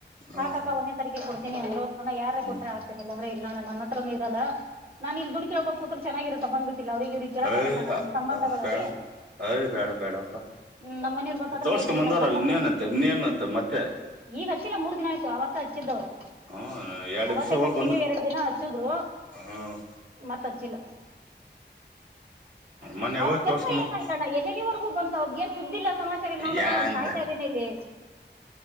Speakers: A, on the right; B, on the right.
A: ಹ್ಮ್
B: ಆಾಕಕ್ಕ ಒಂದೆ ತರಕೆ ಕೊಡ್ತೀನಿ ಅಂದರು ಅಣ್ಣ ಯಾರ
A: ಹ್ಮ್
B: ಕೊಟ್ರೆ ಆಡ್ತೇನೆ ಇಲ್ಲಂದ್ರೆ ಇಲ್ಲಣ್ಣ ನನ್ನತ್ರನು ಇಲ್ಲ ನಾನ್ ಇ ಡುಿ ಹಕೋ ಕೂತ ಚೆಗಿತ್ತ ಬಂದ್ಬಿಟ್ಟಿಲ್ಲ ಅವ್ರಿಗೆ ಇವ್ರ ಕೇಳಕ್
A: ಹಯ್
B: ಆಗತ್ತಾನ ನಿಮ ಸಂಬಂಧಗಳಲ್ಲಿ
A: ಬ್ಯಾ ಅಯ್ ಬೇಡ ಬೇಡಪ್ಪ
B: ಹ್ಮ್ ನಮ್ಮ್ ಮನೀರ್ ಗೊತ್ತಾದ್ರೂ
A: ತೋರ್ಸ್ಕೊಂಡ್
B: ಬೈತರಿ
A: ಬಂದಾರಲ್ಲ
B: ಇ ನಮ ಕಮ್ಮಗ್
A: ಇನ್ನೇನಂತೆ
B: ಗೊತ್ತ
A: ಇನ್ನೇನಂತೆ ಮತ್ತೆ
B: ಈಗ ಹಚ್ಚಿಲ್ಲ ಮೂರ್ ದಿನ ಆಯ್ತು ಆತ್ತ ಹಚ್ಚಿದ್ದವ್ರು
A: ಹ್ಮ ಎರಡು
B: ನವತ್ತೆ
A: ದಿವ್ಸ ಹೋಗ್
B: ಕಂಟಿನ್ಯೂ
A: ಬಂದು
B: ಎರಡ್ ದಿನ ಹಚ್ಚಿದ್ರು
A: ಹ್ಮ್
B: ಮತ್ತ ಹಚಿಲ್ಲ
A: ಮೊನ್ನೆ
B: ಅವ್ರದ
A: ಹೋಗಿ
B: ಕೆಲ್ಸ
A: ತೋರ್ಸ್ಕೊಂಬಂದ್
B: ಏನಾಯ್ತಣ್ಣ ಎಲ್ಲೆಲ್ಲಿವರೆಗೂ ಬಂತ ಅವಲ್ಸ ಸುದ್ದಿಲ್ಲ ಸಮಾಚಾರ ಇಲ್ಲಿ ನೋಡದ್ರ
A: ಯಾ
B: ನಾನು
A: ಅಂತ
B: ಸಾಯ್ತಾ ಇದ್ದೇನ ಇಲ್ಲಿ